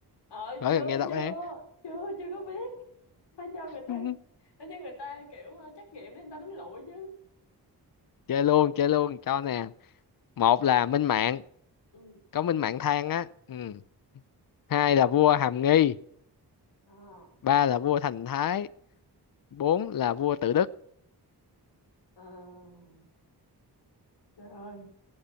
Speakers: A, on the left (about 85°); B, on the left (about 55°).
A: ờ
B: khỏi
A: chưa
B: cần nghe đáp
A: chưa
B: án.
A: chưa chưa có biết phải cho người ta
B: <laughs>
A: phải cho người ta kiểu ờ, trắc nghiệm để người ta đánh lụi chứ
B: chơi luôn chơi luôn cho nè một là Minh Mạng
A: ừ.
B: có Minh Mạng than á ừ. hai là vua Hàm Nghi
A: à,
B: ba là vua Thành Thái bốn là vua Tự Đức
A: à. trời ơi